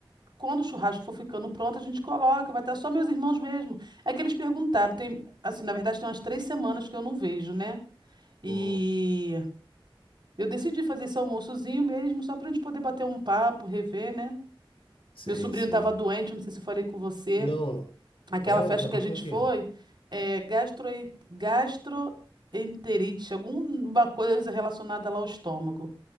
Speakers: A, on the right; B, on the left.
A: quando o churrasco for ficando pronto, a gente coloca. Vai estar só meus irmãos mesmo. É que eles perguntaram. Tem, assim, na verdade, tem umas três semanas que eu não vejo, né? E
B: uhum.
A: eu decidi fazer esse almoçozinho mesmo, só para a gente poder bater um papo, rever, né?
B: Sei,
A: Meu sobrinho
B: sei.
A: estava doente, eu não sei se eu falei com você.
B: Não,
A: Aquela
B: é,
A: festa
B: e tava
A: que a gente
B: com o quê?
A: foi, é gastro, gastroenterite, alguma coisa relacionada lá ao estômago.